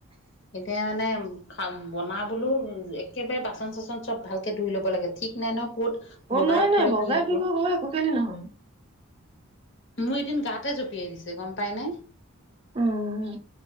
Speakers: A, on the left; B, on the right.
A: এতিয়া মানে খা, বনাবলৈও একেবাৰে বাচন চচন চব ভালকৈ ধুই ল'ব লাগে, ঠিক নাই নয় ক'ত
B: অ
A: বগাই
B: নাই
A: ফুৰে
B: নাই বগাই
A: কি হব
B: ফুৰে হয় কেলেনো নহয়।
A: মোৰ এদিন গাতে জঁপিয়াই দিছে, গম পাই পায়নে।
B: অ-অ-অ